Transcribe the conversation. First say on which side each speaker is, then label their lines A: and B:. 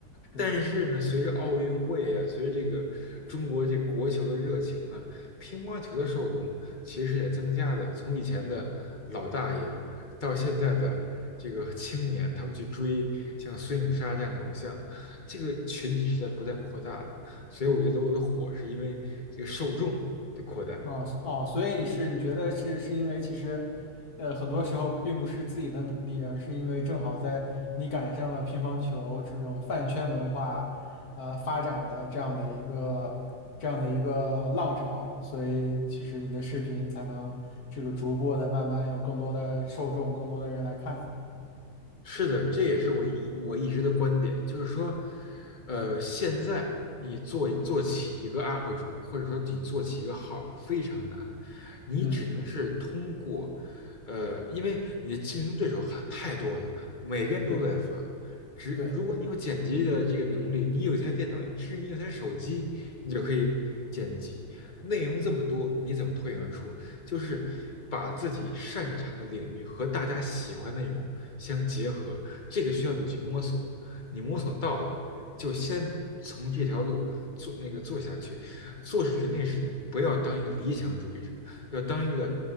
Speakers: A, on the left (about 55°); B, on the left (about 30°).
A: 是的，
B: 但是呢，随着奥运会啊，随着这个中国这国球的热情啊，乒乓球的受众其实也在增加的。从以前的老大爷到现在的这个青年，他们去追像孙颖莎这样的偶像，这个群体是在不断扩大的。所以我觉得我的火是因为这个受众的扩大。
A: 嗯。哦哦，所以你是你觉得是是因为其实，呃，很多时候并不是自己的努力，而是因为正好在你赶上了乒乓球这种饭圈文化，呃，发展的这样的一个这样的一个浪潮，所以其实你的视频才能这个逐步的慢慢有更多的受众，更多的人来看。
B: 是的，这也是我一我一直的观点，就是说，呃，现在你做做起一个 UP 主，或者说你做起一个号非常难，你只能是通过，
A: 嗯，
B: 呃，因为你的竞争对手还太多了，每个人都在发。
A: 是的，
B: 只如果你有剪辑的这个能力，
A: 对，
B: 你有一台电脑，你甚至你有台手机，你就可以剪辑。内容这么多，你怎么脱颖而出就是把自己擅长的领域和大家喜欢的内容相结合，这个需要你去摸索，
A: 嗯，
B: 你摸索到了，就先从这条路做那个做下去。做视频这个事情，不要当一个理想主义者，要当一个